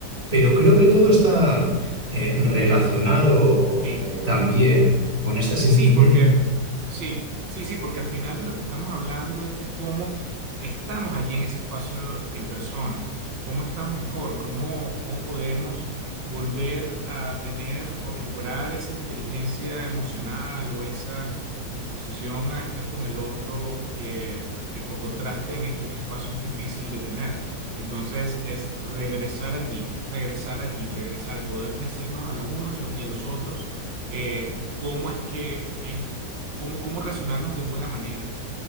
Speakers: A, on the right; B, on the right.
A: pero creo que todo está eh, relacionado
B: sí.
A: eh, también con este sentimiento.
B: Sí, porque sí, sí, sí, porque al final de lo que estamos hablando es de cómo estamos allí en ese espacio en persona, cómo estamos mejor, cómo, cómo podemos volver a tener o recuperar esa inteligencia emocional o esa disposición a estar con el otro que, que por contraste en este otro espacio es difícil de tener. Entonces es regresar allí, regresar allí, regresar, poder decirnos a los unos y a los y a los otros eh, cómo es que es, cómo, cómo relacionarnos de buena manera,